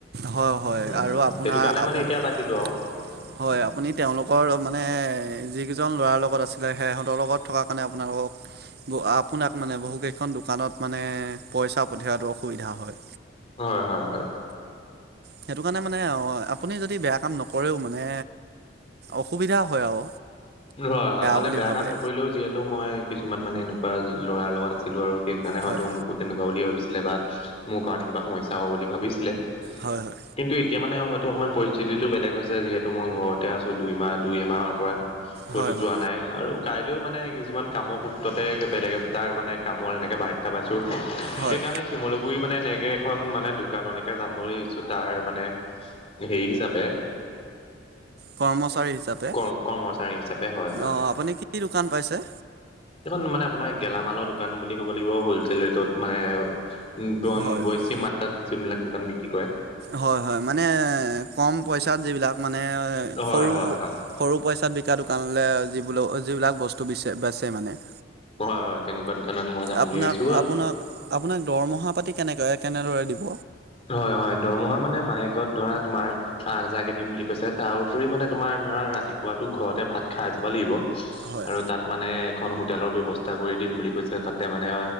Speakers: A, on the right (about 55°); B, on the left (about 30°).
A: হয় হয়,
B: উম,
A: আৰু আপোনাৰ
B: সেইটো কাৰণে
A: আপোন-
B: মানে এতিয়া বাদ দিলো আৰু
A: হয়, আপুনি তেওঁলোকৰ মানে যিগিজন ল'ৰাৰ লগত আছিলা সেহঁতৰ লগত থকাৰ কাৰণে আপোনালোকক- বৌ আপোনাক মানে বহুকেইখন দোকানত মানে পইচা পঠিওৱাটো অসুবিধা হয়।
B: হয় হয় হয়।
A: সেইটো কাৰণে মানে আপুনি যদি বেয়া কাম নকৰেও মানে অসুবিধা হয় আৰু।
B: <inaudible> হয় হয়, মানে
A: বুলি
B: বেয়া
A: ভাবে
B: কাম নকৰিলেও যিহেতু মই কিছুমান মানে এনেকুৱা ল'ৰাৰ লগত আছিলো আৰু সেই- কানে হয়তো
A: হয়
B: মোকো তেনেকুৱা বুলি ভাবিছিলে, বা মোৰ কাৰণে কিবা সমস্যা হ'ব বুলি ভাবিছিলে।
A: হয় হয়।
B: কিন্তু, এতিয়া মানে হয়তো অকমান পৰিস্থিতিটো বেলেগ হৈছে যিহেতু মই ঘৰতে আছো দুই মাহ দুই এমাহৰ পৰা। কতো
A: হয় হয়
B: যোৱা
A: হয়
B: নাই আৰু- কাইলেও মানে কিছুমান কামৰ সূত্ৰতে বেলেগ একোটা মানে কামৰ এনেকে বাৰ- পাইছো
A: হয়
B: সেইকাৰণে- শিমলোগুৰি মানে এনেকে এখন মানে দোকানলেকে যাম বুলিছো তাৰ মানে- হেৰি হিচাপে-
A: কৰ্মচাৰী হিচাপে,
B: কৰ্ম কৰ্মচাৰী হিচাপে হয় হয়।
A: অঁ আপুনি কি দোকান পাইছে?
B: এইখন মানে আপোনাৰ গেলামালৰ দোকান বুলি ক'ব লাগিব হলচেল ৰেটত মানে- উম তোমাম
A: হয়,
B: বেছি
A: হয়,
B: মাত্ৰাত যোন বিলাক দোকান বিক্ৰী কৰে।
A: হয় হয়, মানে কম পইচাত যিবিলাক মানে
B: হয়
A: সৰু-
B: হয় হয়
A: সৰু পইচাত বিকা দোকানলে যি বোলো যিবিলাক বস্তু বিচে বেচে মানে।
B: হয় হয়, তেনেকুৱা দোকানত মই যাম
A: আপোনাক
B: বুলি ভাবিছোঁ আ।
A: আপোনাক আপোনাক দৰমহা পাতি- কেনেকৈ কেনেদৰে দিব?
B: হয় হয়, দৰমহা মানে মাহেকত ধৰা তোমাৰ- আঠ হাযাৰ কে দিম বুলি কৈছে তাৰ উপৰি মানে তোমাৰ ধৰা ৰাতিপুৱাতো ঘৰতে ভাত খাই যাব লাগিব।
A: হয়,
B: আৰু তাত মানে এখন হোটেলৰ ব্যৱস্থা কৰি দিম বুলি কৈছে তাতে মানে-